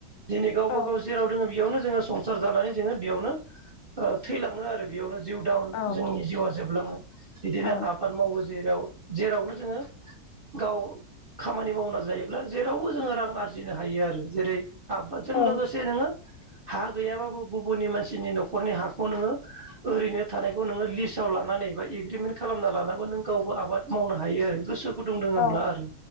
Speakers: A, on the right; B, on the left.
A: दिनै गावबा
B: औ
A: गाव जेराव दङ बेयावनो जोङो संसार जानानै जोङो बेयावनो ओ थैलाङो आरो बेयावनो जिउ दाउन
B: औ
A: जोंनि जिउआ जोबलाङो बिदिनो
B: औ
A: आबाद मावो जेराव जेरावनो जोङो गाव खामानि मावना जायोब्ला जेरावबो जोङो रां आरजिनो हायो आरो जेरै- आबादजों
B: औ
A: लोगोसे नोङो
B: <inaudible>
A: हा गैयाबाबो गुबुननि मानसिनि न'खरनि हाखौ नोङो ओरैनो थानायखौ नोङो लिस्टाव लानानै बायदि एग्रिमेन्ट खालामना लानाबो नों गावबो आबाद मावनो हायो आरो गोसो गुदुं दोङोब्ला
B: औ
A: आरो